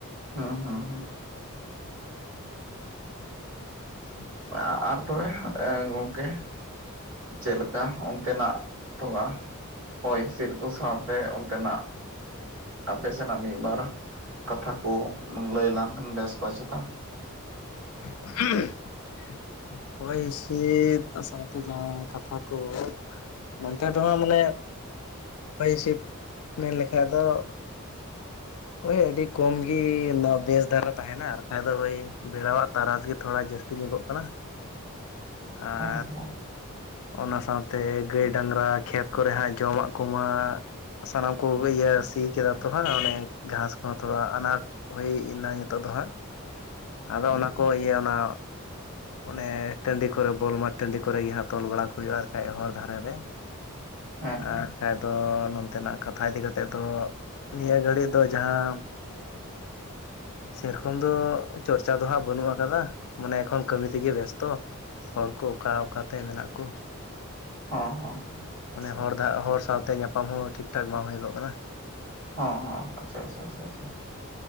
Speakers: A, on the right; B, on the left.
A: ᱦᱩᱸ ᱦᱩᱸ ᱦᱩ
B: <inaudible>
A: ᱟ ᱟᱨ ᱛᱚᱵᱮ ᱮᱸ ᱜᱚᱝᱠᱮ ᱪᱮᱫ ᱞᱮᱠᱟ? ᱛᱮᱱᱟᱜ ᱛᱷᱚᱞᱟ ᱦᱚᱭ ᱦᱤᱸᱥᱤᱫ ᱠᱚ ᱥᱟᱶᱛᱮ ᱚᱱᱛᱮᱱᱟᱜ, ᱟᱯᱮ ᱥᱮᱱᱟᱜ ᱢᱤᱫ ᱵᱟᱨ ᱠᱟᱛᱷᱟ ᱠᱚ ᱞᱟᱹᱭ ᱞᱟᱝ ᱵᱮᱥ ᱵᱟ ᱪᱮᱛᱟ?
B: <unintelligible> ᱦᱚᱭ ᱦᱤᱥᱤᱫ ᱟ ᱥᱟᱶᱛᱮ ᱡᱟᱦᱟᱸ ᱠᱟᱛᱷᱟ ᱠᱚ᱾ ᱱᱚᱱᱛᱮ ᱫᱚ ᱦᱟᱜ ᱢᱟᱱᱮ ᱦᱚᱭ ᱦᱤᱥᱤᱫ ᱢᱮᱱ ᱞᱮᱠᱷᱟᱡ ᱫᱚ, ᱳᱭ ᱟᱹᱰᱤ ᱠᱚᱢ ᱜᱤᱻ ᱚᱱᱟ ᱵᱮᱥ ᱫᱷᱟᱨᱟ ᱛᱟᱦᱮᱱᱟ ᱟᱨ ᱵᱟᱠᱷᱟᱡ ᱫᱚ ᱳᱭ ᱵᱮᱲᱟᱣᱟᱜ ᱛᱟᱨᱟᱥ ᱜᱮ ᱛᱷᱚᱲᱟ ᱡᱟᱹᱥ ᱴᱤᱧᱚᱜᱚᱜ ᱠᱟᱱᱟ ᱟᱨ
A: ᱦᱮᱸ ᱦᱮᱸ
B: ᱚᱱᱟ ᱥᱟᱶᱛᱮ ᱜᱟᱹᱭ ᱰᱟᱝᱨᱟ ᱠᱷᱮᱛ ᱠᱚᱨᱮ ᱦᱟᱸᱜ ᱡᱚᱢᱟᱜ ᱠᱚᱢᱟ ᱥᱟᱱᱟᱢ ᱠᱚ ᱤᱭᱟᱹ ᱥᱤ ᱠᱮᱫᱟ ᱛᱚ ᱦᱟᱸᱜ ᱚᱱᱮ ᱜᱷᱟᱸᱥ ᱠᱚᱦᱚᱸ ᱛᱷᱚᱲᱟ ᱟᱱᱟᱴ ᱦᱩᱭ ᱮᱱᱟ ᱱᱤᱛᱚᱜ ᱫᱚ ᱦᱟᱸᱜ ᱟᱫᱚ
A: ᱦᱮᱸ
B: ᱚᱱᱟ ᱠᱚ ᱤᱭᱟᱹ ᱚᱱᱟ ᱚᱱᱮ ᱴᱟᱺᱰᱤ ᱠᱚᱨᱮ ᱵᱚᱞ ᱢᱟᱴ ᱴᱟᱺᱰᱤ ᱠᱚᱨᱮ ᱜᱮ ᱦᱟᱸᱜ ᱛᱚᱞ ᱵᱟᱲᱟ ᱠᱚ ᱦᱩᱭᱩᱜᱼᱟ᱾ ᱟᱨᱠᱷᱟᱡ ᱦᱚᱨ ᱫᱷᱟᱨᱮ ᱨᱮ
A: ᱦᱮᱸ
B: ᱟᱨ ᱵᱟᱝᱠᱷᱟᱡ ᱫᱚ ᱱᱚᱱᱛᱮᱱᱟᱜ ᱠᱟᱛᱷᱟ ᱤᱫᱤ ᱠᱟᱛᱮᱫ ᱫᱚ᱾ ᱱᱤᱭᱟᱹ ᱜᱷᱟᱹᱲᱤ ᱫᱚ ᱡᱟᱦᱟᱢ ᱥᱮᱨᱚᱠᱚᱢ ᱫᱚ᱾ ᱪᱚᱨᱪᱟ ᱫᱚ ᱦᱟᱸᱜ ᱵᱟᱹᱱᱩᱜ ᱟᱠᱟᱫᱟ ᱢᱟᱱᱮ ᱮᱠᱷᱚᱱ ᱠᱟᱹᱢᱤ ᱛᱮᱜᱮ ᱵᱮᱥᱛᱚ ᱾ ᱦᱚᱲ ᱠᱚ ᱚᱠᱟ ᱚᱠᱟᱛᱮ ᱢᱮᱱᱟᱜ ᱠᱚ᱾
A: ᱦᱚᱸ ᱦᱚᱸ ᱦᱚᱸ ᱟᱪᱪᱷᱟ
B: ᱚᱱᱮ
A: ᱟᱪᱪᱷᱟ
B: ᱦᱚᱲ ᱫᱟᱜ ᱦᱚᱲ ᱥᱟᱶᱛᱮ ᱧᱟᱯᱟᱢ ᱦᱚᱸ ᱴᱷᱤᱠ ᱴᱷᱟᱠ ᱵᱟᱝ ᱦᱩᱭ ᱜᱚᱜ ᱠᱟᱱᱟ᱾
A: ᱦᱚᱸ ᱦᱚᱸ ᱟᱪᱪᱷᱟ ᱟᱪᱪᱷᱟ ᱟᱪᱪᱷᱟ ᱟᱪᱪᱷᱟ